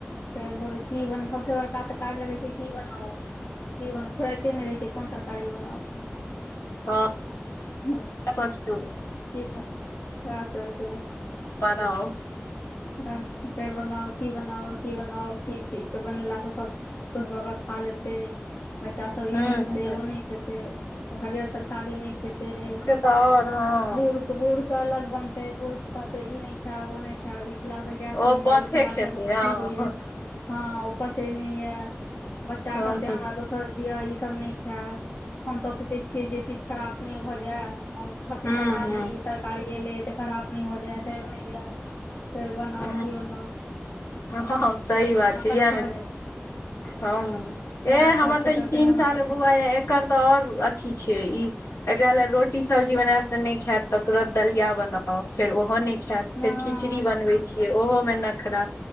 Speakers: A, on the left; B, on the left.
A: फेरो भोरे की बनाउ सबसे बड़का त काज लगै छैय की बनाउ। की बनाउ फुराइते नै रहै छैय कोन तरकारी बनाउ।
B: हँ सोचू
A: <unintelligible>
B: बनाओ।
A: फेर बनाउ की बनाउ की बनाउ की से बनेला त सब खुश भ क खा लेतै। बच्चा सभ
B: हूं
A: इ नहि खेतै ओ नै खेतै हरियर तरकारी नै खेतै।
B: त और हँ।
A: बुढ़-बुढ़ के अलग बनतै बुढ़ के कहतै इ न खैब ओ नय खैब इ खेला स गैस
B: ओ
A: होइया
B: पथे
A: इ खेला
B: खेतै
A: स अथी
B: हँ
A: होइया हँ ओ पचय नै ये। बच्चा
B: हँ
A: कहतै हमरा दोसर दिअ इसभ नै खैब हमसभ सोचै छियै जे इ चीज खराप नै भ जाए। हम खत
B: हूं
A: बना ली तरकारी एलैये त खराब नै भ जाय सइर नै जाए। फेर बनाउ
B: हूं
A: की बनाउ।
B: हँ हॅं हॅं सही बात
A: मोन
B: छै
A: अकच्छ
B: यैह
A: भऽ
B: मे
A: जाइ
B: हं
A: या
B: ए हमर
A: करते
B: तऽ ई
A: करते
B: तीन
A: मोना
B: साल
A: कहै छै
B: बौआ यै एकर तऽ और अथी छै ई। एकरा लै रोटी सब्जी बनैब तऽ नहि खैत त तुरत दलिया बनाउ फेर ओहो नै खैत
A: हँ
B: फेर खिचड़ी बनबै छियै ओहो में नखरा